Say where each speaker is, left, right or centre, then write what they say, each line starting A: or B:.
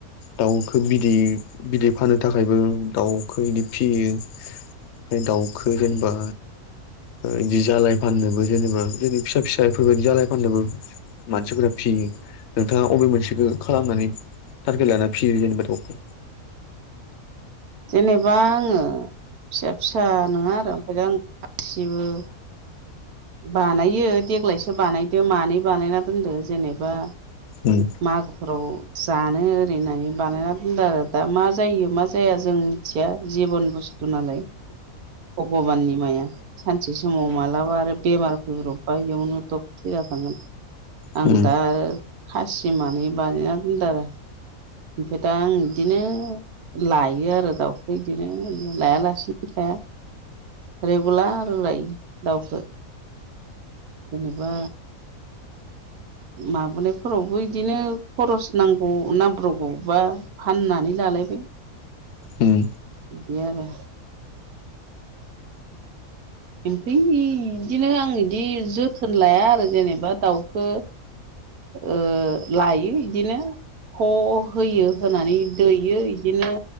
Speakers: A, on the left; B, on the right.
A: दाउखौ बिदै बिदै फानो थाखायबो दाउखौ इदि फिसियो ओमफ्राय दाउखौ जेनेबा बिदि जालाय फाननोबो जेनेबा फिसा फिसा बेफोरबायदि जालाय फाननोबो मानसिफोरा फियो नोंथाङा अबे मोनसेखौ खालामनानै थारगेट लाना फियो जेनेबा दावखौ
B: जेनेबा आङो फिसा फिसा नङा आरो ओमफ्राय आं खासिबो बानायो देग्लायसो बानायदो मानै बानायना दोनदो जेनेबा
A: उम
B: मागोफोराव जानो ओरै होननानै बानायना दोनदों आरो दा मा जायो मा जाया जों मोनथिया जिबन बुस्थु नालाय भगबाननि माया सानसे समाव मालाबा आरो बेमार फैब्रबबा इयावनो दब थैना थांगोन आं
A: उम
B: दा आरो खासि मानै बानायना दोनदों आरो ओमफ्राय दा आं बिदिनो लायो आरो दाउखौ बिदिनो लायालासिनो थाया रेगुलार लायो दाउखौ जेनेबा माबानायफोरावबो बिदिनो खरस नांगौ नांब्रबगौबा फाननानै लालायबाय
A: ओम
B: बिदि आरो ओमफ्राय बिदिनो आं बिदि जोथोन लाया आरो जेनेबा दाउखौ ओ लायो बिदिनो ख होयो होनानै दैयो बिदिनो